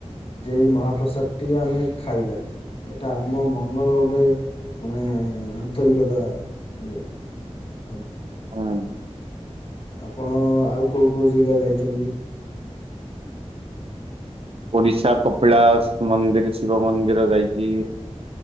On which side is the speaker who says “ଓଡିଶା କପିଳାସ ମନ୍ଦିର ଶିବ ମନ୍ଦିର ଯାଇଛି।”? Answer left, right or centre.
Right